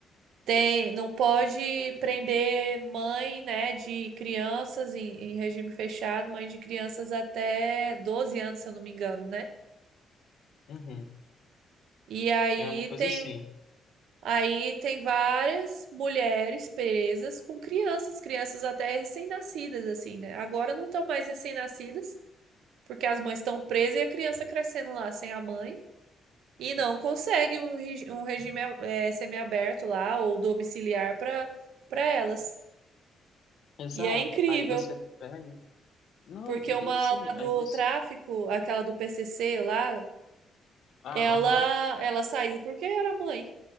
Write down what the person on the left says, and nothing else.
Uhum.
É uma coisa
assim.
Exato.
Aí você pega. Não,
e,
e assim,
aí você.
Ah,
aham.